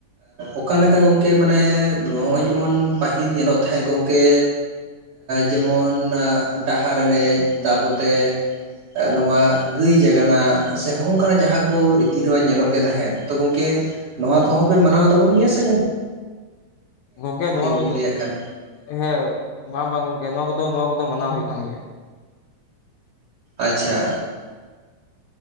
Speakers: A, on the right (about 50°); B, on the left (about 70°).
A: ᱚᱠᱟ ᱞᱮᱠᱟ ᱜᱚᱢᱠᱮ ᱢᱟᱱᱮ ᱱᱚᱜ-ᱚᱭ ᱡᱮᱢᱚᱱ ᱯᱟᱹᱦᱤᱞ ᱧᱮᱞᱚᱜ ᱛᱟᱦᱮᱸᱜ ᱜᱚᱢᱠᱮ ᱡᱮᱢᱚᱱ ᱰᱟᱦᱟᱨ ᱮᱱᱮᱡ ᱛᱟᱯᱚᱛᱮ ᱱᱚᱣᱟ ᱜᱟᱹᱭ ᱡᱟᱜᱟᱱᱟ ᱥᱮ ᱦᱚᱸᱜ-ᱚᱭ ᱱᱚᱝᱠᱟᱱᱟᱜ ᱡᱟᱦᱟᱸ ᱠᱚ ᱨᱤᱛᱤ ᱨᱮᱣᱟᱡᱽ ᱧᱮᱞᱚᱜ ᱜᱮ ᱛᱟᱦᱮᱸᱫ ᱛᱚ ᱜᱚᱝᱠᱮ ᱱᱚᱣᱟ ᱠᱚᱦᱚᱸ ᱯᱮ ᱢᱟᱱᱟᱣ ᱛᱟᱵᱚᱱ ᱜᱮᱭᱟ ᱥᱮ ᱜᱚᱝ
B: ᱜᱚᱝᱠᱮ ᱱᱚᱣᱟ ᱠᱚᱫᱚ
A: ᱵᱤᱱ ᱞᱟᱹᱭᱟᱜ ᱠᱟᱱ
B: ᱦᱮᱸ ᱵᱟᱝ ᱵᱟᱝ ᱜᱚᱝᱠᱮ ᱱᱚᱣᱟ ᱠᱚᱫᱚ ᱱᱚᱣᱟ ᱠᱚᱫᱚ ᱢᱟᱱᱟᱣ ᱦᱩᱭᱩᱜ ᱠᱟᱱ ᱜᱮᱭᱟ,
A: ᱟᱪᱪᱷᱟ